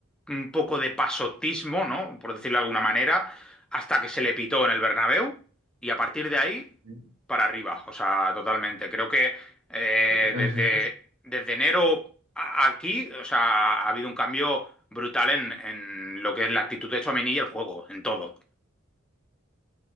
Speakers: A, in the centre; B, on the right.
A: un poco de pasotismo, ¿no? Por decirlo de alguna manera, hasta que se le pitó en el Bernabéu y a partir de ahí
B: Sí.
A: para arriba, o sea, totalmente. Creo que eh,
B: Es-
A: desde,
B: esto es-
A: desde enero a- aquí, o sea, ha habido un cambio brutal en, en lo que es la actitud de Tchouaméni y el juego, en todo.